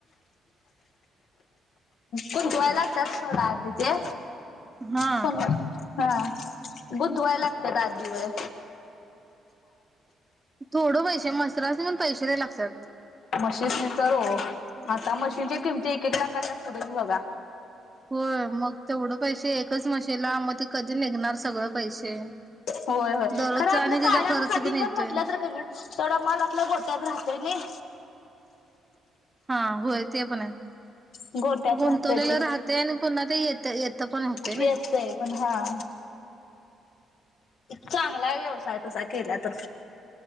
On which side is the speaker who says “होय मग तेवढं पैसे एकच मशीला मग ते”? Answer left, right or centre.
Right